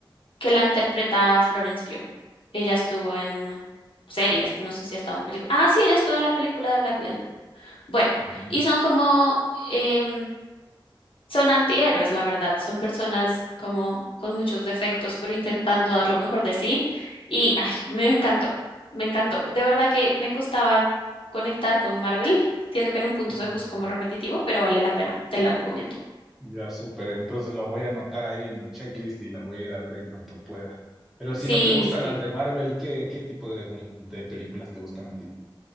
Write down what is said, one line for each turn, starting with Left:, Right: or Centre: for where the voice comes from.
Left: que la interpreta Florence Pugh. Ella estuvo en series, no sé si ha estado en película. Ah, sí, ella estuvo en la película de Black Widow. Bueno,
Centre: Ya,
Left: y son como em, Son antihéroes, la verdad. Son personas como con muchos defectos, pero intentando dar lo mejor de sí. Y ay, me encantó, me encantó. De verdad que me costaba conectar con Marvel. Siento que en un punto
Centre: ya.
Left: se puso como repetitivo, pero vale la pena. Te la recomiendo.
Centre: Ya, súper. Entonces la voy a anotar ahí en mi checklist y la voy a ir a ver en cuanto pueda. Pero si
Left: Sí,
Centre: no te gustan
Left: sí. sí.
Centre: las de Marvel, ¿qué, qué tipo de, mu- de películas te gustan a ti?